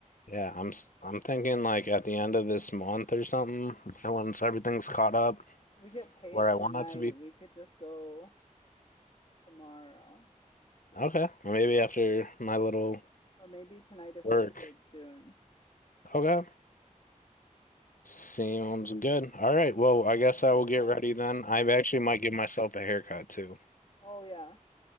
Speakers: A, on the left; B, on the left.
A: Yeah, I'm s- I'm thinking like at the end of this month or something, once everything's caught up
B: We get paid
A: where I
B: tonight.
A: want it to be.
B: We could just go tomorrow.
A: Okay, maybe after my little
B: Or maybe tonight if
A: work.
B: we get paid soon.
A: Okay, sounds good. All right, well, I guess
B: Okay,
A: I will get
B: okay.
A: ready then. I actually might give myself a haircut too.
B: Oh, yeah.